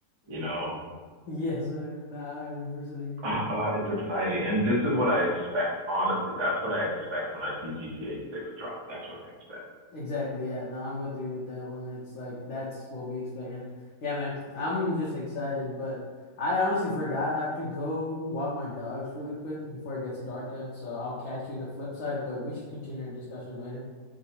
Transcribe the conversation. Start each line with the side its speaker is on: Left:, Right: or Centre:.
Right: you know.
Left: Yes, sir. Nah, I 100% agree.
Right: Ah, it's exciting. And this is what I expect, honestly. That's what I expect when I see GTA 6 drop. That's what I expect.
Left: Exactly, yeah. No, I'm with you with that one. It's like that's what we expect. And yeah, man, I'm just excited, but I honestly forgot I have to go walk my dogs really quick before it gets dark out. So I'll catch you the flip side, but we should continue our discussion later.